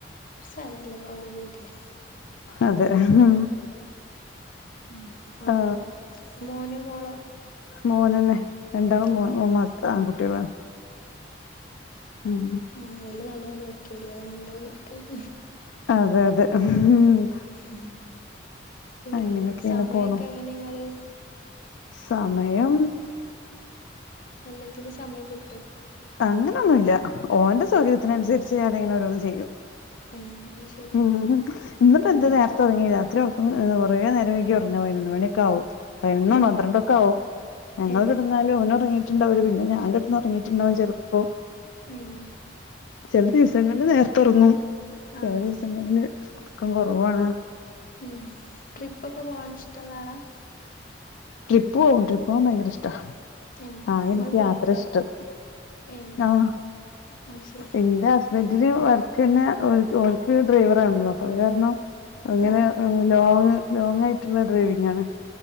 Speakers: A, on the left; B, on the left.
A: സാരില്ല ഓരോവിധിയാ
B: അതെ ഹാ
A: ഉം ആ
B: അ
A: മോനോ മോളോ
B: മോഹനന്നെ രണ്ടാളും
A: ഏ
B: മോൻ ഉമാക്ക ആൺകുട്ടികളാണ് ഉം
A: ആഹ വല്ല നല്ലോ നോക്കിട അണ്ടാവും <unintelligible>
B: അതെ അതെ ഉം
A: ഉം. പിന്നെ
B: അങ്ങനൊക്കെയാണ്
A: സമയക്കെ
B: പോണു
A: എങ്ങനെങ്ങള്
B: സമയം
A: എല്ലാത്തിനും സമയം കിട്ടും
B: അങ്ങനെയൊന്നുമ ഇല്ല ഓന്റെ സൗകര്യത്തിനനുസരിച്ച് ഞാാന ഇങ്ങനെഓരോന്ന് ചെയ്യും
A: ഏ അത് ശരി
B: ഉ ഇന്ന് പന്ത
A: ഉം
B: നേർ തുടങ്ങിയ എത്രർക്കും ഒറേ നേരം എങ്കക്ക് കുറഞ്ഞ പതിനൊ മണൊക്കെ ആകും പ ഇന്നും
A: ഏ
B: പന്ത്രണ്ടൊക്കെ ആകവും ഞങ്ങള്ൾ
A: ഏ
B: കിടന്നാലും ഓന ഇറങ്ങി ഉണ്ടാവ പിന്നെ ഞാൻ കിട്ടന്ന് ഇറങ്ങിട്ടുണ്ടാവും ചിലപ്പോ
A: മും
B: ചില ദിവസങ്ങളിൽ നേരത്തെ ഉറങ്ങും. ചില
A: ആ
B: ദിവസങ്ങളില് ഉറക്കം കുറവാണ്.
A: ഉം ട്രിപ്പൊക്കെ പോവാൻ ഇഷ്ടമുള്ള ആളാ.
B: ട്രിപ്പ് പോകവും ട്രിപ്പ് പോകൻ ഭയങ്കര ഇഷ്ട
A: ഏ
B: ആഹ
A: ഇങ്ങളും
B: എനിക്ക് യാത്ര
A: പോവലുണ്ടോ
B: ഇഷ്ടം
A: ഏ
B: ആഹ
A: അത് ശരി
B: എന്താ? ബെഡില് വർക്ക് തന്നെർക്ക് ഡ്രൈവർ ആണല്ലോ അപ്പൊ കാരണം- അങ്ങനെ
A: ആ
B: ലോങ് ലോങ് ആയിട്ടുള്ള ഡ്രൈവിംഗ ആണ്